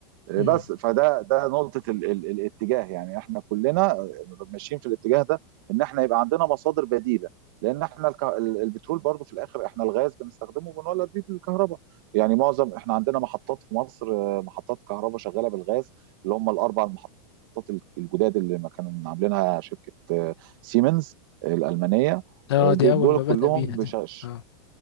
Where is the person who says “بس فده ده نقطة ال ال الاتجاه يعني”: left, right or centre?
Right